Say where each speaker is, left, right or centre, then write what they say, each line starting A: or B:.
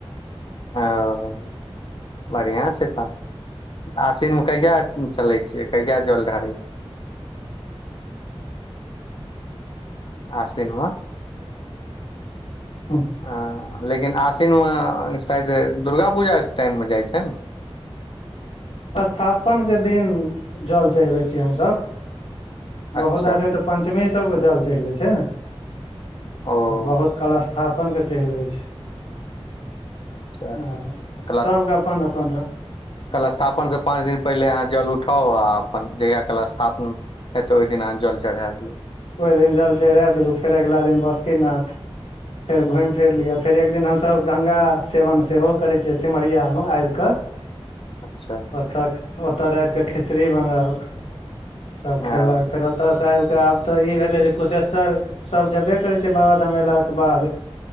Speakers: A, on the left (about 55°); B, on the left (about 85°).
A: ओ। बढ़िया छै तऽ, आसिन मे कहिया चलै छियै, कहिया जल ढारै छियै आसिन मे
B: हूँ
A: हा, लेकिन आसिन मे शायद दुर्गा पुजा टाइम मे जाइ छै ने
B: स्थापन के दिन जल चढ़बै छियै हमसभ,
A: अच्छा
B: बहुत आदमी तऽ पंचमीये सभ कियो जल चढ़बै छै ने
A: ओ।
B: आ बहुत कलस स्थापनके चढ़बै छै
A: अच्छा तऽ
B: ओ, सभके अपन अपन रह
A: कलस स्थापन के पाँच दिन पहिले अहाँ जल उठा उठाउ आ अपन जहिया कलस स्थापन हेतै ओहि दिन अहाँ जल चढ़ा दियौ।
B: ओहि दिन जल चढ़ा दियौ आ फेर अगिला दिन बासुकी नाथ फेर घुमि फिर लिअ, फेर एक दिन हमसभ गंगा सेवन सेहो करै छियै, सिमरियामे आबि क <inaudible>
A: अच्छा।
B: तक ओत राति के खिचड़ी बनल सभ
A: ओ
B: खेलक, फेर ओत से आबि आब त इ भेलै जे कुशेसर सभ जेबे करै छै बाबाधाम एलाके बाद।